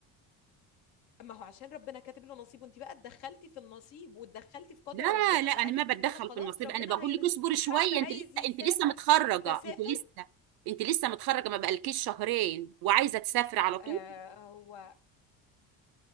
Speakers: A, on the left; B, on the right.
A: ما هو عشان ربنا كاتب له نصيب وانت بقى اتدخلتي في النصيب واتدخلتي في قدر
B: لا
A: ربنا
B: لا
A: فعرفتي
B: انا ما بتدخل
A: ان انا خلاص
B: في النصيب
A: ربنا
B: انا بقول
A: هيرزقني
B: لك اصبري
A: في
B: شويه
A: حد عايز
B: انت لسه
A: يسافر
B: انت لسه متخرجه
A: فسافر
B: انت لسه انت لسه متخرجه ما بقالكيش شهرين وعايزه تسافري على طول
A: آه هو